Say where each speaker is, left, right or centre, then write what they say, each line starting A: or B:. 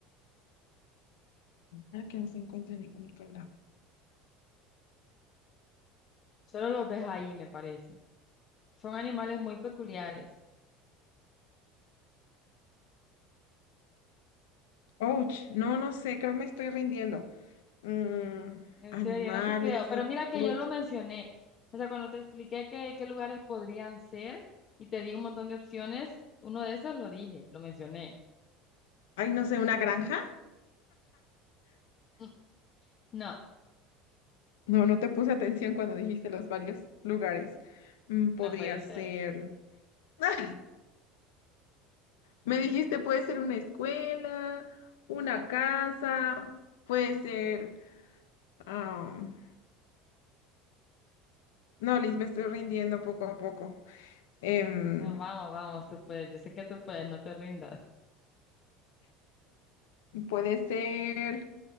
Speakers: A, on the left; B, on the left.
A: Ah, que no se encuentra en ningún otro lado.
B: Solo los ves ahí, me parece. Son animales muy peculiares.
A: Ouch, no, no sé, creo que me estoy rindiendo. Mm,
B: En
A: animales,
B: serio, no te creo. Pero
A: ay,
B: mira que
A: ouch.
B: yo lo mencioné. O sea, cuando te expliqué qué, qué lugares podrían ser y te di un montón de opciones, uno de esos lo dije, lo mencioné.
A: Ay, no sé, una granja.
B: Mm, No,
A: No, no te puse atención cuando dijiste los varios lugares. Mm, podría
B: no puede ser.
A: ser. <laughs> Me dijiste, puede ser una escuela, una casa, puede ser... am, no, Liz, me estoy rindiendo poco a poco. Em,
B: No, vamos, vamos, tú puedes. Yo sé que tú puedes, no te rindas.
A: puede ser...